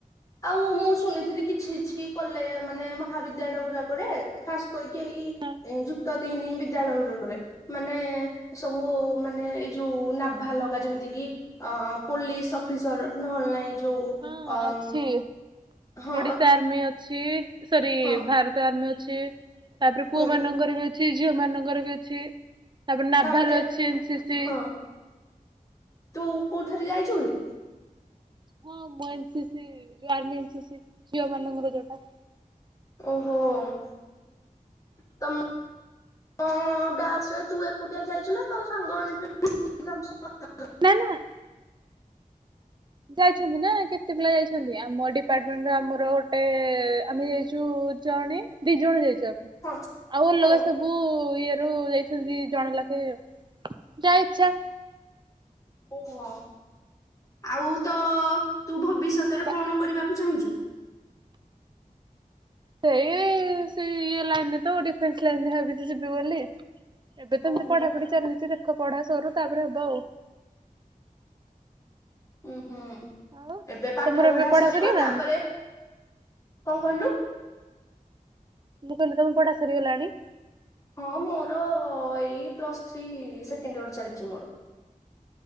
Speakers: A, on the left (about 20°); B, on the right (about 30°).
A: ଆଉ ମୁଁ ଶୁଣିଥିଲି କିଛି କିଛି କଲେ ମାନେ ମହାବିଦ୍ୟାଳୟ ଗୁଡାକରେ ଖାଶ୍ କରିକି ଏଇ
B: ହଁ
A: ଯୁକ୍ତ ତିନି ବିଦ୍ୟାଳୟ ଗୁରକରେ ମାନେ ସବୁ ମାନେ ଏଇ ଯୋଉ ନାଭାଲଗା ଯେମିତି କି ଅ ପୋଲିସ ଅଫିସର ନହେଲେ ନାଇଁ ଯଉ
B: ହଁ
A: ଅ
B: ହଁ ଅଛି
A: ହଁ
B: ଓଡିଶା ଆର୍ମି ଅଛି ସରି
A: ହଁ
B: ଭାରତ ଆର୍ମି ଅଛି। ତାପରେ ପୁଅ
A: ହୁଁ
B: ମାନଙ୍କର ବି ଅଛି ଝିଅ ମାନଙ୍କର ବି ଅଛି। ତାପରେ ନାଭାଲ
A: ତାପରେ
B: ଅଛି ଏନ୍ ସି ସି
A: ହଁ ତୁ କୋଉ ଥରେ ଯାଇଛୁ କି?
B: ହଁ ମୁଁ ଏନ୍ ସି ସି ଯୋଉ ଆର୍ମି ଏନ୍ ସି ସି ଝିଅ ମାନଙ୍କର ଯୋଉଟା।
A: ହ ତମ୍ ହଁ ବ୍ୟାଚ ର ତୁ ଏକୁଟିଆ ଯାଇଛୁ ନା ତ ସାଙ୍ଗମାନେ ମିସିକି <unintelligible>
B: ନା ନା ଯାଇଛନ୍ତି ନା କେତେ ପିଲା ଯାଇଛନ୍ତି ଆମ ଡିପାର୍ଟମେଣ୍ଟ ଆମର ଗୋଟେ ଆମେ ଯାଇଛୁ ଜଣେ ଦି ଜଣ ଯାଇଛୁ ଆମେ
A: ହଁ
B: ଆଉ ଅଲଗା
A: ହଁ
B: ସବୁ ଇଏ ରୁ ଯାଇଛନ୍ତି ଜଣେ ଲଖେ ଯା ଇଛା।
A: ଓହୋ ଆଉ ତ ତୁ ଭବିଷ୍ୟତରେ
B: ବା
A: କଣ କରିବା ତୁ ଚାହୁଁଛୁ
B: ସେଇ ସେ ଇଏ ଲାଇନ ରେ ତ ଡିଫେନ୍ସ ଲାଇନରେ ଭବିଛି ଯିବି ବୋଲି। ଏବେ ଏମିତି
A: ଓହୋ
B: ପଢାପଢି ଚାଲିଛି ଦେଖ ପଢା ସରୁ ତାପରେ ହବ ଆଉ।
A: ଉ ହୁଁ।
B: ଆଉ
A: ଏବେ ପାଠ
B: ତମର
A: ପଢା
B: ଏବେ
A: ସରିବ
B: ସରିଗଲାଣି
A: ତାପରେ କଣ କହିଲୁ?
B: ମୁଁ କହିଲି ତମ ପଢା ସରିଗଲାଣି?
A: ହଁ ମୋର ଏଇ ପ୍ଲସ୍ ଥ୍ରୀ ସେକେଣ୍ଡ ଇୟର ଚାଲିଛି ମୋର